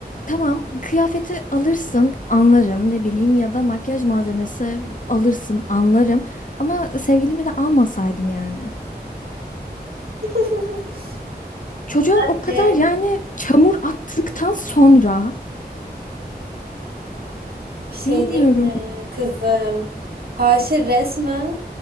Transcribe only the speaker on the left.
tamam kıyafeti alırsın anlarım ne bileyim ya da makyaj malzemesi alırsın anlarım. Ama sevgilimi de almasaydın yani.
Çocuğa o
kadar yani çamur attıktan sonra
bilmiyorum.